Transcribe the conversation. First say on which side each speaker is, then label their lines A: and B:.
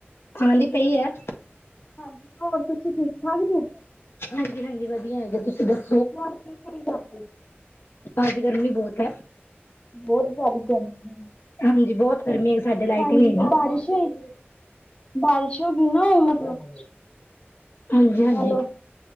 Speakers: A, on the left; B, on the left.
A: ਖਾਲੀ ਪਈ ਹੈ।
B: ਹਾਂਜੀ, ਹੋਰ ਤੁਸੀਂ ਠੀਕ -ਠਾਕ ਜੇ
A: ਹਾਂਜੀ, ਹਾਂਜੀ ਵਧੀਆ ਹੈਗੇ ਤੁਸੀਂ ਦੱਸੋ-
B: ਹੋਰ ਕੀ ਕਰੀ ਜਾਂਦੇ,
A: ਅੱਜ ਗਰਮੀ ਬਹੁਤ ਹੈ
B: ਬਹੁਤ ਜ਼ਿਆਦਾ ਗਰਮੀ,
A: ਹਾਂਜੀ ਬਹੁਤ ਗਰਮੀ ਹੈ ਸਾਡੇ ਲਾਈਟ
B: ਹਾਂਜੀ
A: ਹੀ ਨਹੀਂ ਹੈਗੀ
B: ਬਾਰਿਸ਼ ਹੋਈ ਬਾਰਿਸ਼ ਹੋ ਗਈ ਨਾ ਮਤਲਬ
A: ਹਾਂਜੀ, ਹਾਂਜੀ
B: ਹੈਲੋ